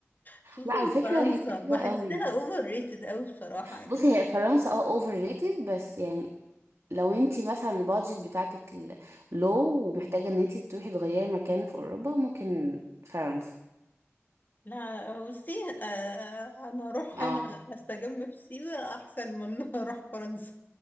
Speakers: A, on the left; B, on the right.
A: خصوصا
B: لا على فكرة
A: فرنسا
B: حل-
A: بحسها
B: حلوة قوي
A: اوفر ريتد اوي بصراحة يعني
B: بصي هي فرنسا اه اوفر ريتد بس يعني لو انتي مثلا البادجت بتاعتك لو ومحتاجة ان انتي تروحي تغيري مكان في اوروبا ممكن فرنسا
A: لا بصي آه، انا اروح
B: اه
A: هنا استجم في سيوة احسن من إن أنا اروح فرنسا